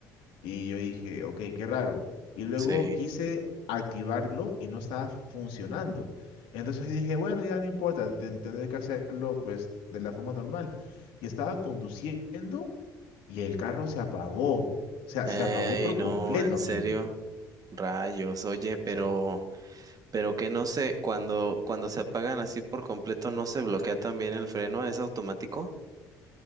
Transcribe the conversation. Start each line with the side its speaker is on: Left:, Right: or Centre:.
Left: Y yo dije, ok, qué raro. Y luego
Right: sí.
Left: quise activarlo y no estaba funcionando. Entonces dije, bueno, ya no importa, ten- tendré que hacerlo pues de la forma normal. Y estaba conduciendo y el carro se apagó. O sea,
Right: Ey,
Left: se apagó por
Right: no,
Left: completo,
Right: en
Left: amigo.
Right: serio.
Left: O
Right: Rayos, oye, pero,
Left: sea,
Right: pero que no sé, cuando, cuando se apagan así por completo, ¿no se bloquea también el freno? ¿Es automático?